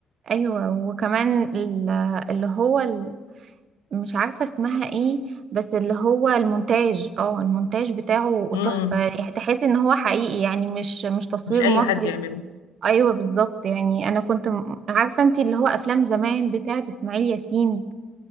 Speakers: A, on the right; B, on the left.
A: ايوه وكمان ال- اللي هو مش عارفة اسمها ايه بس اللي هو المونتاج اه المونتاج بتاعه
B: امم
A: تحفة يعني تحس ان هو حقيقي يعني مش مش تصوير
B: مش أي
A: مصري
B: حد يعمله
A: ايوه بالظبط يعني انا كنت م- عارفة انت اللي هو افلام زمان بتاعة اسماعيل ياسين